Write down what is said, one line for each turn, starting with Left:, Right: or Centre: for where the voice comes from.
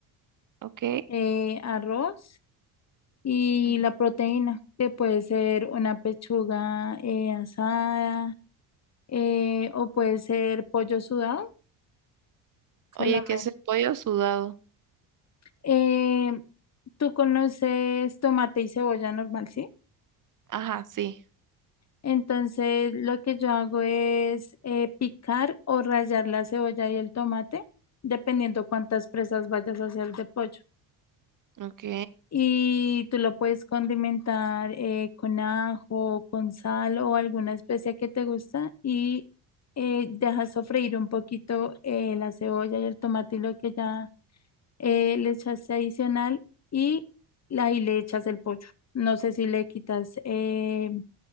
Right: ¿Ok?
Left: eh, arroz. y
Right: Ujú.
Left: la proteína, que puede ser una pechuga eh, asada eh, o puede ser pollo sudado solamente.
Right: Oye, ¿qué es el pollo sudado?
Left: Eh, tú conoces tomate y cebolla normal, ¿sí?
Right: Ajá, sí.
Left: Entonces lo que yo hago es eh, picar o rallar la cebolla y el tomate, dependiendo cuántas presas vayas a hacer de pollo.
Right: Ok.
Left: Y tú lo puedes condimentar eh, con ajo, con sal o alguna especia que te gusta y eh, dejas sofreír un poquito eh, la cebolla y el tomate y lo que ya eh, le echaste adicional y la- ahí le echas el pollo. No sé si le quitas eh,